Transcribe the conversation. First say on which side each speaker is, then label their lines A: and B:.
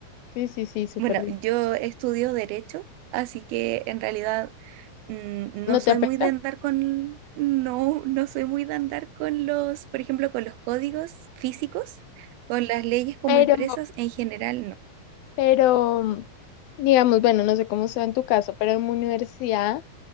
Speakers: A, on the left; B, on the right.
A: Sí, sí, sí, súper
B: Bueno, yo estudio derecho, así que en realidad mm,
A: no
B: no soy
A: te afecta,
B: muy de andar con, no, no soy muy de andar con los, por ejemplo, con los códigos físicos, con las leyes como
A: pero,
B: impresas en general, no.
A: pero, digamos, bueno, no sé cómo sea en tu caso, pero en mi universidad